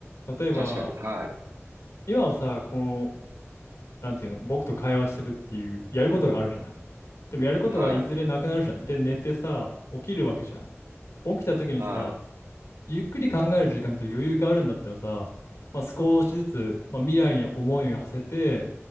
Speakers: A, on the left; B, on the right.
A: 例えば
B: 確かに。はい。
A: 今はさこのなんていうの僕と会話してるっていうやることがあるじゃないでもやることがいずれなくなるじゃんで寝てさ起きるわけじゃん起きたときにさ
B: はい。はい。
A: ゆっくり考える時間と余裕があるんだったらさ、まあ、少しずつ、まあ、未来に思いを馳せて、